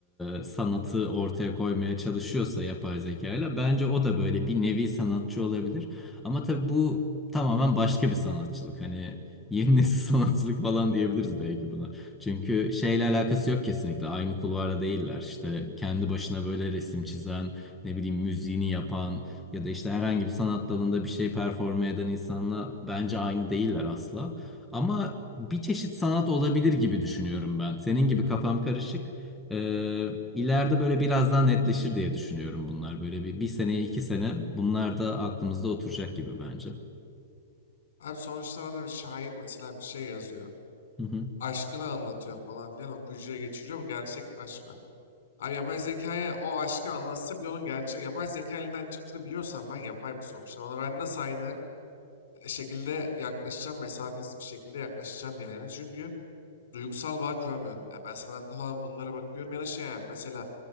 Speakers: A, in the centre; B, on the left.
A: e, sanatı ortaya koymaya çalışıyorsa yapay zekayla bence o da böyle bir nevi sanatçı olabilir. Ama tabii bu tamamen başka bir sanatçılık. Hani yeni nesil <laughs> sanatçılık falan diyebiliriz belki buna. Çünkü şeyle alakası yok kesinlikle. Aynı kulvarda değiller. İşte kendi başına böyle resim çizen ne bileyim müziğini yapan ya da işte herhangi bir sanat dalında bir şey performe eden insanla bence aynı değiller asla. Ama bir çeşit sanat olabilir gibi düşünüyorum ben. Senin gibi kafam karışık. Ee, ileride böyle biraz daha netleşir diye düşünüyorum bunlar. Böyle bir, bir sene, iki sene bunlar da aklımızda oturacak gibi bence.
B: Abi sonuçta bana bir şair mesela bir şey yazıyor.
A: Hı hı.
B: aşkını anlatıyor falan filan okuyucuya geçiriyor. Bu gerçek bir aşk var. Abi yapay zekaya o aşkı anlatsa bile onun gerçek yapay zeka elinden çıktığını biliyorsam ben yapay bir sonuçta. Ona ben nasıl aynı şekilde yaklaşacağım, mesafesiz bir şekilde yaklaşacağım yani. Çünkü duygusal bağ kuramıyorum. Ya ben sanatta falan bunlara bakıyorum ya da şey yani, mesela